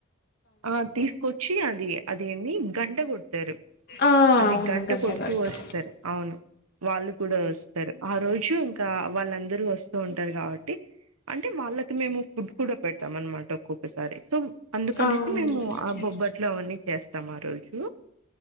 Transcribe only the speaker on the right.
ఆ తీసుకొచ్చి అది అదేంది గంట కొడ్తారు
అది
గంట
కొడుతూ వస్తారు అవును వాళ్ళు కూడా వస్తారు ఆ రోజు ఇంకా వాళ్ళందరూ వస్ స్తూ ఉంటారు కాబట్టి అంటే వాళ్ళకి మేము ఫుడ్ కూడా పెడతామన్మాట ఒకొక్క సారి సో అందు కనేసి
మేము
ఆ బొబ్బట్లు అవన్నీ చేస్తాం ఆ రోజు